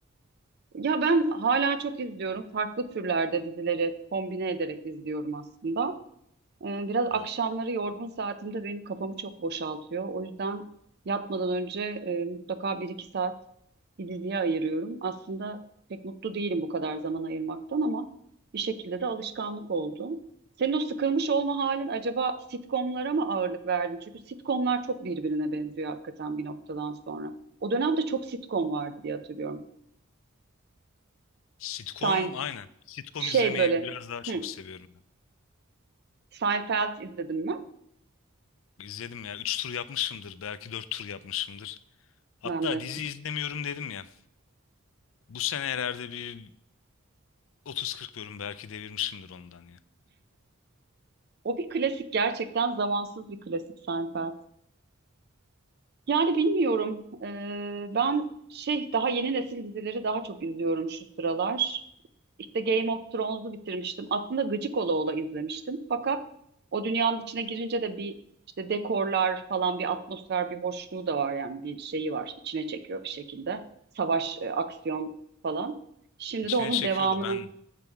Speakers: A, on the right; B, on the left.
A: Ya ben hala çok izliyorum. Farklı türlerde dizileri kombine ederek izliyorum aslında. Ee, Biraz akşamları
B: O.
A: yorgun saatimde benim kafamı çok boşaltıyor. O yüzden yatmadan önce e, mutlaka bir iki saat bir diziye ayırıyorum. Aslında pek mutlu değilim bu kadar zaman ayırmaktan ama bir şekilde de alışkanlık oldu. Senin o sıkılmış olma halin acaba sitcomlara mı ağırlık verdin? Çünkü sitcomlar çok birbirine benziyor hakikaten bir noktadan sonra. O dönemde çok sitcom vardı diye hatırlıyorum.
B: Sitcom
A: Sein,
B: aynen. Sitcom
A: şey
B: izlemeyi
A: böyle,
B: biraz daha çok
A: hı,
B: seviyorum ben.
A: Seinfeld izledim mi?
B: İzledim ya. üç tur yapmışımdır. Belki 4 tur yapmışımdır. Hatta
A: Ben de.
B: dizi izlemiyorum dedim ya. Bu sene herhalde bir otuz kırk bölüm belki devirmişimdir ondan ya.
A: O bir klasik gerçekten zamansız bir klasik Seinfeld. Yani bilmiyorum. Ee, ben şey daha yeni nesil dizileri daha çok izliyorum şu sıralar. İşte Game of Thrones'u bitirmiştim. Aslında gıcık ola ola izlemiştim. Fakat o dünyanın içine girince de bir işte dekorlar falan bir atmosfer bir hoşluğu da var yani bir şeyi var. İçine çekiyor bir şekilde. Savaş, e, aksiyon falan. Şimdi
B: İçine
A: de onun
B: çekiyordu.
A: devamını
B: Ben